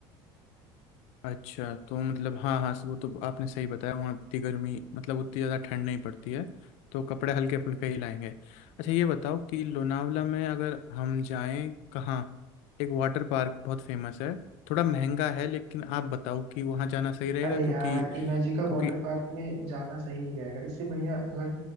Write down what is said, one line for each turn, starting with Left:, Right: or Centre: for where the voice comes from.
Left: अच्छा तो मतलब हाँ हाँ वो तो आपने सही बताया वहाँ उतनी गर्मी मतलब उतनी ज़्यादा ठंड नहीं पड़ती है तो कपड़े हल्के फुल्के ही लाएंगे अच्छा ये बताओ कि लोनावला में अगर हम जाएं कहाँ एक वाटर पार्क बहुत फेमस है थोड़ा महंगा है लेकिन आप बताओ कि वहाँ जाना सही रहेगा
Right: अरे
Left: क्योंकि
Right: यार इमेजिका
Left: क्योंकि
Right: वाटर पार्क में जाना सही नहीं रहेगा इससे बढ़िया अगर